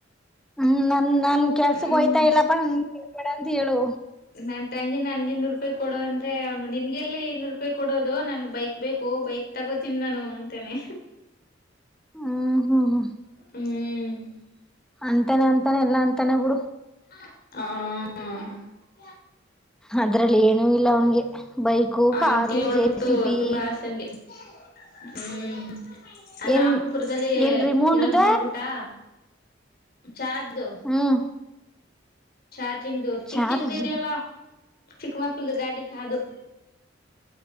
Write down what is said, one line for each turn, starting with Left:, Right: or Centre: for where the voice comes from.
Centre: ಹ್ಮ್ ನನ್ ನನ್ ಕೆಲ್ಸಕ್
Left: ಹ್ಮ್
Centre: ಹೋಯ್ತಾ ಇಲ್ಲಪ್ಪ. ಹೇಳ್ಬೇಡ ಅಂತ ಹೇಳು.
Left: ನನ್ ತಂಗಿ ನನ್ಗೆ ಇನ್ನೂರು ರೂಪಾಯಿ ಕೊಡೋ ಅಂದ್ರೆ ಅವ್ನು ನಿನ್ಗೆಲ್ಲಿ ಇನ್ರೂಪಾಯಿ ಕೊಡೋದು ನನ್ಗ್ ಬೈಕ್ ಬೇಕು ಬೈಕ್ ತಗೋತೀನ್ ನಾನು ಅಂತನೆ.
Centre: ಹಾ ಹ ಹ.
Left: ಹ್ಮ್.
Centre: ಅಂತಾನೆ ಅಂತಾನೆ ಎಲ್ಲಾ ಅಂತ್ ತನೆ ಬುಡು.
Left: ಹಾ.
Centre: ಅದ್ರಲ್ಲಿ ಏನೂ ಇಲ್ಲ ಅವನ್ಗೆ ಬೈಕು
Left: ಅವನ್
Centre: ಕಾರು
Left: ಟಿವಿ ನೋಡ್ಬಿಟ್ಟು
Centre: ಜೆಸಿಪಿ.
Left: ತುಂಬಾ ಆಸೆನ್ಗೆ ಹ್ಮ್. ಆ
Centre: ಏನ್
Left: ರಾಮಪುರದಲ್ಲಿ
Centre: ಏನ್ ರಿಮೋಂಡ್ದ
Left: ಇರೋದ್ ನೋಡ್ಬುಟಾ. ಚಾದ್ದು.
Centre: ಹ್ಮ್
Left: ಚಾನ್ ಚಿಂಗ್ದು ಚಿಕ್
Centre: ಚಾರ್ಜ್
Left: ಚಿಕ್ದಿದ್ಯಲ್ಲಾ. ಚಿಕ್ಕಮಕ್ಕಳ್ದ್ ಗಾಡಿ ಹಾದು.